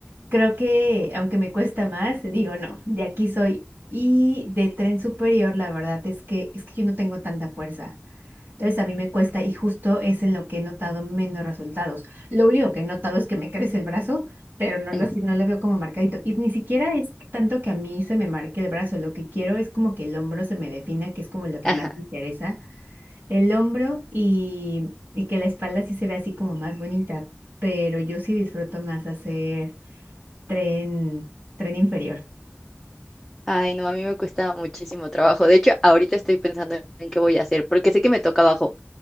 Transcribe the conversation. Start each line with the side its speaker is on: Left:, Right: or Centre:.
Right: creo que aunque me cuesta más, digo no, de aquí soy. Y de tren superior, la verdad es que es que yo no tengo tanta fuerza. Entonces a mí me cuesta y justo es en lo que he notado menos resultados. Lo único que he notado es que me crece el brazo, pero no lo,
Centre: Ujú.
Right: si- no lo veo como marcadito. Y ni siquiera es tanto que a mí se me marque el brazo. Lo que quiero es como que el hombro se me defina, que es como lo que
Centre: Ajá.
Right: más me interesa. El hombro y, y que la espalda sí se ve así como más bonita. Pero yo sí disfruto más hacer tren, tren inferior.
Centre: Ay, no, a mí me cuesta muchísimo trabajo. De hecho, ahorita estoy pensando en qué voy a hacer, porque sé que me toca abajo.